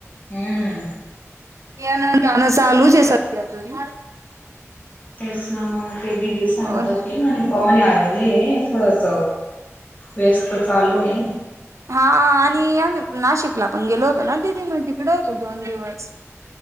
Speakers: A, on the left; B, on the right.
A: हम्म
B: येण जाण चालूच आहे सध्या तरी
A: तेच ना मग ते दीदी सांगत
B: हो ना
A: होती म्हणे पाहुणे आलेले आहे थोडस व्यस्त चालू आहे.
B: हा.. आणि आम्ही नाशिकला पण गेलो होतो ना दिदी मग तिकडे फक्त दोन दिवस